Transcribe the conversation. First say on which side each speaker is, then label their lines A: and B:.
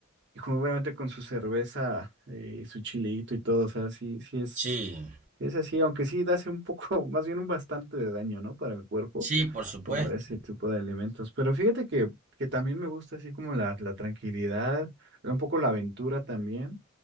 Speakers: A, on the right (about 60°); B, on the right (about 40°).
A: Y como obviamente con su cerveza, eh, su chilito y todo, o sea, sí, sí es,
B: Sí.
A: sí es así, aunque sí hace un poco, <laughs> más bien un bastante de daño, ¿no? Para el cuerpo,
B: Sí, por supuesto.
A: comer ese tipo de alimentos. Pero fíjate que, que también me gusta así como la, la tranquilidad, un poco la aventura también.